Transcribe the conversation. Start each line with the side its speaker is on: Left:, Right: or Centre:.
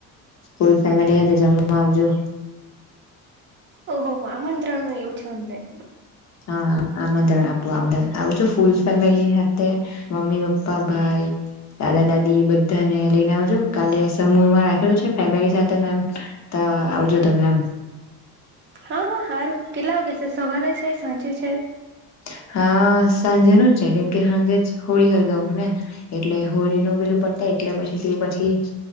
Left: ફૂલ ફેમિલી સાથે જમવા આવજો
Right: ઓહ હો આમંત્રણ ન એવું છે નહી
Left: હા આમંત્રણા આ શું આવજો ફુલ ફેમિલી સાથે મમ્મી, પપ્પા, ભાઈ દાદા દાદી બધાને લઈને આવજો કાલે સમૂર માં રાખેલું છે ફેમિલી સાથે એમ તા હા આવજો તમે એમ
Right: હા હા સારું કેટલા વાગે છે સવારે છે સાંજે છે
Left: <unintelligible> હા સાંજે ન જ છે કેમ કે સાંજે હોળી હલગાવું ને એટલે હોળીનું પેલું પટા એટલે પછી તે પછી